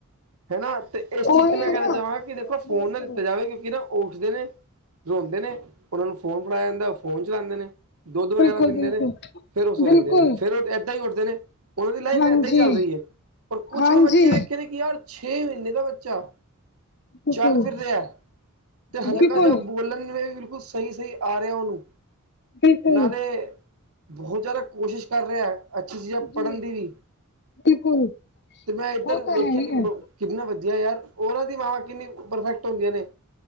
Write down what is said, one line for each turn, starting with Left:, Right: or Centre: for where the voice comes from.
Right: ਹਨਾ ਤੇ ਇਸ
Left: ਉਹੀ
Right: ਚੀਜ਼ ਤੇ ਮੈਂ
Left: ਹੈ ਨਾ
Right: ਕਹਿਣਾ ਚਾਹਵਾਂਗਾ ਕਿ ਦੇਖੋ ਫੋਨ
Left: ਬਿਲਕੁਲ
Right: ਨਾ ਦਿੱਤਾ ਜਾਵੇ ਕਿਉਂਕਿ ਨਾ ਉਹ ਉੱਠਦੇ ਨੇ ਰੋਂਦੇ ਨੇ ਉਹਨਾਂ ਨੂੰ ਫੋਨ ਫੜਾਇਆ ਜਾਂਦਾ ਫੋਨ ਚਲਾਉਂਦੇ ਨੇ ਦੁੱਧ ਵਗੈਰਾ
Left: ਬਿਲਕੁਲ
Right: ਪੀਂਦੇ
Left: ਬਿਲਕੁਲ
Right: ਨੇ। ਫੇਰ ਉਹ ਸੋ
Left: ਬਿਲਕੁਲ
Right: ਜਾਂਦੇ ਨੇ ਫੇਰ ਉਹ ਏਦਾਂ ਹੀ ਉੱਠਦੇ ਨੇ ਉਹਨਾਂ ਦੀ ਲਾਈਫ
Left: ਹਾਂਜੀ
Right: ਏਦਾਂ ਹੀ ਚੱਲ ਰਹੀ ਹੈ ਰ ਕੁਛ
Left: ਹਾਂਜੀ
Right: ਮ ਬੇ ਪਤਾ ਕਿ ਯਾਰ ਛੇ ਮਹੀਨੇ ਦਾ ਬੱਚਾ
Left: ਬਿਲਕੁਲ
Right: ਚੱਲ ਫਿਰ ਰਿਹਾ ਤੇ ਹਲਕਾ
Left: ਬਿਲਕੁਲ
Right: ਜਿਹਾ ਬੋਲਣ ਵੇਲੇ ਬਿਲਕੁਲ ਸਹੀ-ਸਹੀ ਆ ਰਿਹਾ ਉਹਨੂੰ
Left: ਬਿਲਕੁਲ
Right: ਨਾਲੇ ਬਹੁਤ ਜਾਦਾ ਕੋਸ਼ਿਸ਼ ਕਰ ਰਿਹਾ। ਅੱਛੀ ਚੀਜ਼ ਹੈ
Left: ਜੀ
Right: ਪੜ੍ਹਨ ਦੀ ਵੀ,
Left: ਬਿਲਕੁਲ
Right: ਤੇ ਮੈਂ ਇੱਧਰ
Left: ਉਹ
Right: ਵੇਖੀਆ
Left: ਤਾਂ ਹੈ ਹੀ
Right: ਕਿ
Left: ਹੈ
Right: ਕਿੰਨਾ ਵਧੀਆ ਯਾਰ ਉਹਨਾਂ ਦੀ ਮਾਵਾਂ ਕਿੰਨੀ ਪਰਫੈਕਟ ਹੁੰਦੀਆਂ ਨੇ